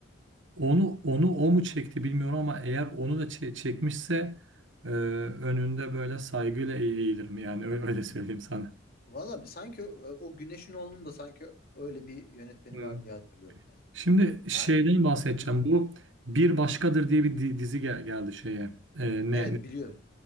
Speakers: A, on the right (about 70°); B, on the left (about 50°).
A: onu onu o mu çekti bilmiyorum ama eğer onu da çe- çekmişse e, önünde böyle saygıyla eğ- eğilirim yani ö- öyle söyleyeyim sana.
B: Valla sanki o, o Güneş'in oğlunun da sanki öyle bir yönetmeni
A: Hı.
B: var diye hatırlıyorum. Neyse.
A: Şimdi şeyden
B: Ha,
A: bahsedeceğim.
B: hı hı.
A: Bu Bir Başkadır diye bir di- dizi gel- geldi şeye. E, ne
B: Evet biliyorum.